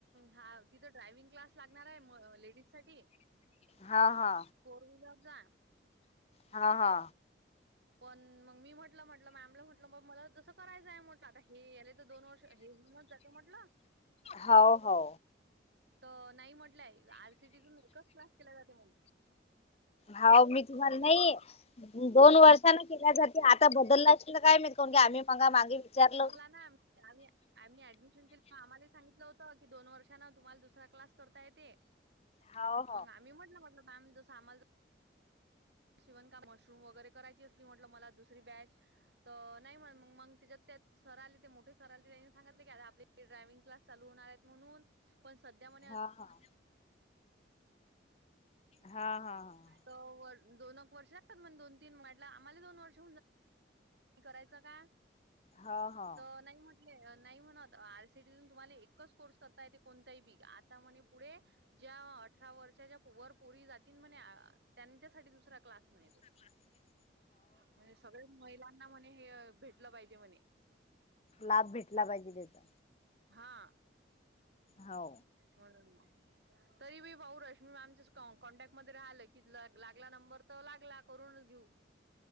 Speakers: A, on the right; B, on the left.
A: हा तिथं ड्रायविंग क्लास लागणार आहे लेडीज साठी
B: हा हा
A: फोर व्हीलर जा
B: हा हा
A: पण मग मी म्हटलं म्हटलं मॅमला म्हटलं म मला जसं करायचंय म्हटलं आ हे याला तर दोन वर्ष हे होऊनच जाते म्हटलं
B: हो हो
A: तर नाही म्हटलंय आरसीटीतूनच क्लास केला जाते म्हणून
B: हव मी तुम्हाला नाही दोन वर्षांना केल्या जाते आता बदलला असल काय म कोण आम्ही मगा मागे विचारल
A: हाणा आम्ही ऍडमिशन के आम्हा सांगित होत की दोन वर्षा ना तुम्हाला दुसरा क्लास करता येते
B: हाव
A: मग आम्ही म्हटल म्हटलं मॅम जस आम्हाला शिवन काम मशरूम वगैरे करायची असली म्हटलं मला दुसरी बॅच तर नाही म्हण मग मग त्यािच्यात त्यात सर आली ते मोठे सर आले त्यांनी सांगितले की आ आप ड्रायवि्हंग क्स चालू होणार आहेत म्हणून पण सध्या म
B: हाव हा हा हा
A: दोन एक वर्ष लागतात मग दोन तीन म्हट आम्हाला दोन वर्ष करायच का
B: हा हा
A: तर नाही म्ह नाही म्हणत आर सीटीून तुम्हाला एकच कोर्स करता येत कोणताही बी आता म्हणे पुढे ज्या अठरा वर्षाच्या वरपोरी जातील म्हणे त्यांच्यासाठी दुसरा क्लास म्हण येतो
B: हम्
A: म्हणजे सगळेच महिलांना म्हणे हे भेटलं पाहिजे म्हणे
B: लाभ भेटला पाहिजे त्याचा
A: हा
B: हो
A: म्हणून तरी मी भाऊ रश्मी मॅमचे कॉन्टॅक्ट मध्ये राहिलं की लागला नंबर तर लागला करून घेऊ